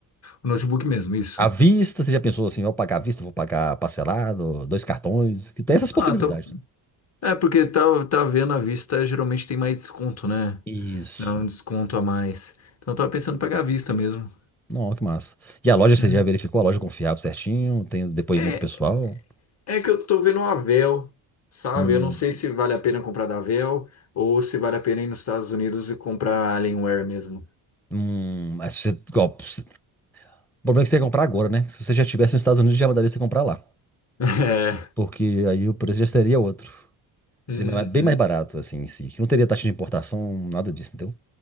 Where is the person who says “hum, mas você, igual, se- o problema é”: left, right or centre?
Centre